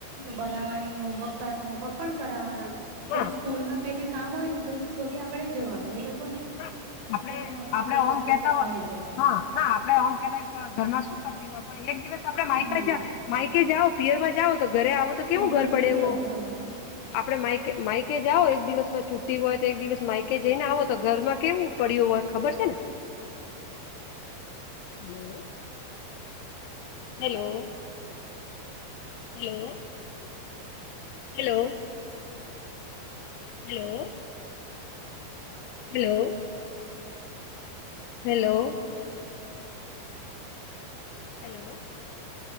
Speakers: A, on the right; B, on the left.
A: બનાવવાની હોમવર્ક હોમવર્ક પણ કરાવવાના પછી
B: હા
A: સ્કૂલમાં કઈ બી કામ હોય ને તો બી આપણેે જવાનું એ લોકોને
B: <inaudible>
A: આપણે
B: આપડે
A: જ જવાનું મીટિંગ
B: આપડે
A: હોય
B: ઓમ
A: કે
B: કેતા
A: કઈ
B: હોય
A: તો
B: હ ના આપડે ઓમ કેતા હોય તો ઘરમાં શું કરતી હોય. પણ એક દિવસ તો આપડે
A: હમ
B: માઇકે જા માઈકે જાઓ પિયરમાં જાઓ તો ઘરે આવો તો કેવું
A: અવાજ
B: ઘર પડે
A: નથી આવતી
B: ઓ
A: તમારી
B: આપડે માઈકે માઈકે જાઓ એક દિવસમાં છુટ્ટી હોય તો એક દિવસ માઇકે જઈને આવો તો ઘરમાં કેવું પડ્યું હોય ખબર છે ને hello. Hello hello. Hello hello. Hello hello. Hello.